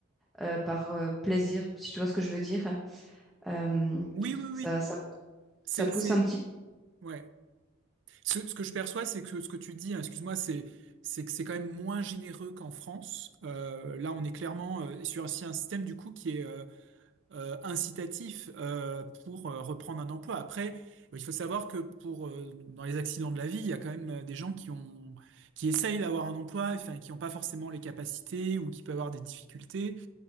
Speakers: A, in the centre; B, on the right.
A: euh, par euh, plaisir, si tu vois ce que je veux dire. Euh,
B: Oui, oui,
A: ça,
B: oui.
A: ça,
B: C'est,
A: ça pousse
B: c'est,
A: un petit
B: ouais. Ce, ce que je perçois, c'est que ce que tu dis, hein, excuse-moi, c'est, c'est que c'est quand même moins généreux qu'en France. Euh, là, on est clairement euh, sur aussi un système du coup qui est euh, euh, incitatif euh, pour euh, reprendre un emploi. Après, il faut savoir que pour euh, dans les accidents de la vie, il y a quand même euh, des gens qui ont, qui essayent d'avoir un emploi, enfin, qui n'ont pas forcément les capacités ou qui peuvent avoir des difficultés.